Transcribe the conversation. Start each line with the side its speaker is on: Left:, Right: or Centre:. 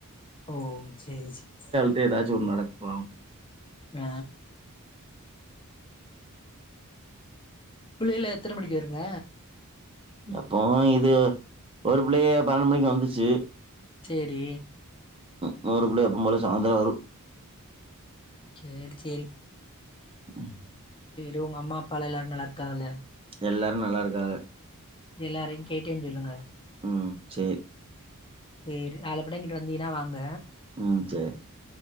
Left: ஓ சேரி சேரி
Right: எப்பயு ஏதாச்சு ஒன்னு நடக்கு பாவோ
Left: ஆ புள்ளைகள்லா எத்தன மணிக்கு வருங்க
Right: எப்போவு இது ஒரு பிள்ளய பன்னென்டு மணிக்கு வந்துச்சு
Left: சேரி
Right: இன்னொரு புள்ள எப்போவு போல சாய்ந்தரோ வரு
Left: சேர் சேரி
Right: ம்
Left: சேரி ஒங்க அம்மா அப்பால எல்லாரு நல்லாருக்காகள
Right: எல்லாரு நல்லாருக்காக
Left: எல்லார்யு கேட்டேன் சொல்லுங்க
Right: ம் சேர்
Left: சேரி நாள பின்ன இங்கிட்டு வந்தீங்ன்னா வாங்க
Right: ம் சேரி